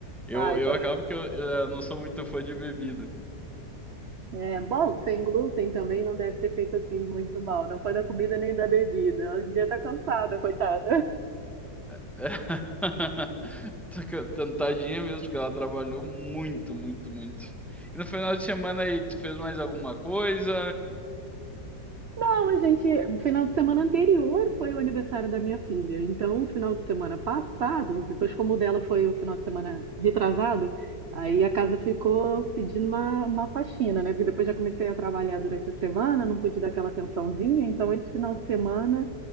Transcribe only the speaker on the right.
Ah, então.
É, bom, sem glúten também não deve ter feito assim muito mal. Não foi da comida nem da bebida. Ela devia estar cansada, coitada.
Não, a gente, final de semana anterior foi o aniversário da minha filha. Então, o final de semana passado, depois como o dela foi o final de semana retrasado, aí a casa ficou pedindo uma, uma faxina, né? Porque depois já comecei a trabalhar durante a semana, não pude dar aquela atençãozinha. Então, esse final de semana